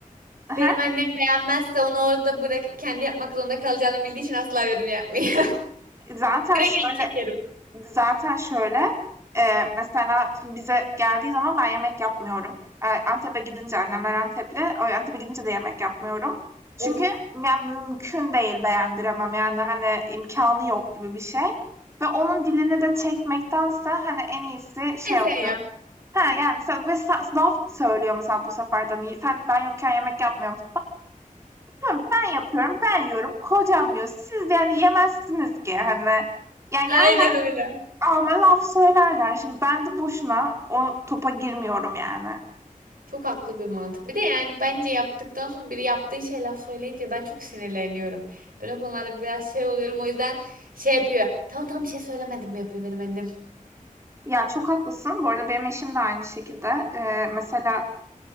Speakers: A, on the right (about 20°); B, on the right (about 75°).
A: Hı
B: benim annem beğenmezse onu orada bırakıp kendi yapmak zorunda kalacağını bildiği için asla yorum yapmıyor. <laughs>
A: Zaten
B: Direkt
A: şöyle
B: elini çekerim.
A: zaten şöyle, eee, mesela şimdi bize geldiği zaman ben yemek yapmıyorum. Eee, Antep'e gidince annemler Antepli. O Antep'e gidince de yemek yapmıyorum. Çünkü
B: Oh.
A: yani mümkün değil beğendiremem. Yani, hani, imkanı yok gibi bir şey ve onun dilini de çekmektense, hani, en iyisi şey
B: E
A: yapıyorum
B: sen yap.
A: He, yani, mesela ve sa laf söylüyor mesela bu sefer de, hani, sen ben yokken yemek yapmıyorum. Hem ben yapıyorum, ben yiyorum. Kocam yiyor. Siz de yani yemezsiniz ki hani. Ya yerler
B: Aynen öyle.
A: ama laf söylerler. Şimdi ben de boşuna o topa girmiyorum yani.
B: Çok haklı bir mantık. Bir de yani bence yaptıktan sonra biri yaptığı şey laf söyleyince ben çok sinirleniyorum. Ben o konularda biraz şey oluyorum. O yüzden şey yapıyor. Tamam tamam bir şey söylemedim yapıyor benim annem.
A: Ya çok haklısın. Bu arada benim eşim de aynı şekilde. Ee, mesela